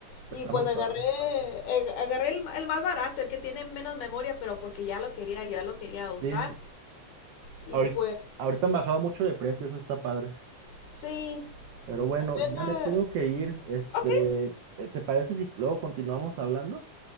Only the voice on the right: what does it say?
Está
muy padre.
Sí,
ahorita,
ahorita han bajado mucho de precio, eso está padre.
Pero bueno,
ya me tengo que ir. Este,
eh, ¿te parece si luego continuamos hablando?